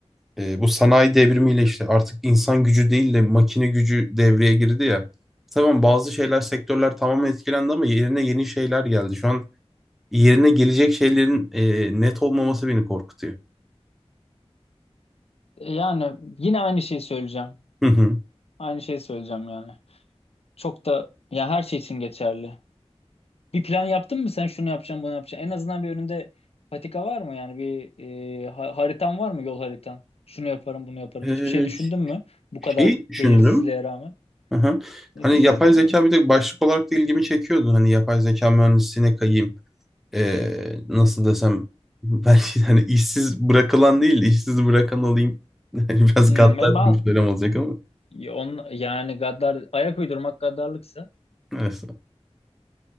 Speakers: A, in the centre; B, on the left (about 65°).
A: e, bu sanayi devrimiyle işte artık insan gücü değil de makine gücü devreye girdi ya. İşte Tamam bazı şeyler sektörler tamamen etkilendi ama yerine yeni şeyler geldi. Şu an yerine gelecek şeylerin e, net olmaması beni korkutuyor.
B: Yani yine aynı şeyi söyleyeceğim.
A: Hı hı.
B: Aynı şeyi söyleyeceğim yani. Çok da ya her şey için geçerli. Bir plan yaptın mı sen şunu yapacağım bunu yapacağım. En azından bir önünde patika var mı yani bir e, ha- haritan var mı yol haritan? Şunu yaparım bunu yaparım.
A: Ee,
B: Hiçbir şey düşündün mü? Bu
A: şeyi
B: kadar
A: düşündüm.
B: belirsizliğe rağmen.
A: Hı hı.
B: Ne
A: Hani
B: düşündün?
A: yapay zeka bir de başlık olarak da ilgimi çekiyordu. Hani yapay zeka mühendisliğine kayayım. Ee, nasıl desem <laughs> belki de hani işsiz bırakılan değil de işsiz bırakan olayım. <laughs> Yani biraz
B: Hmm,
A: gaddar
B: e ben
A: bir söylem olacak ama.
B: ya on, yani gaddar ayak uydurmak gaddarlıksa
A: Neyse.